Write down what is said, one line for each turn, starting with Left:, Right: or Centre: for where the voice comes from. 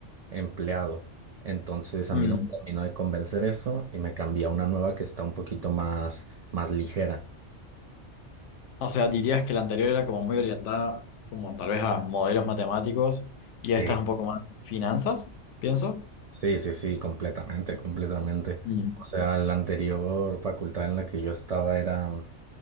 Right: empleado. Entonces a
Left: Mm.
Right: mí no me terminó de convencer eso y me cambié a una nueva que está un poquito más, más ligera.
Left: O sea, dirías que la anterior era como muy orientada, como tal vez a modelos matemáticos,
Right: Sí.
Left: y esta es un poco más finanzas, pienso.
Right: Sí, sí, sí, completamente, completamente.
Left: Mm.
Right: O sea, la anterior facultad en la que yo estaba era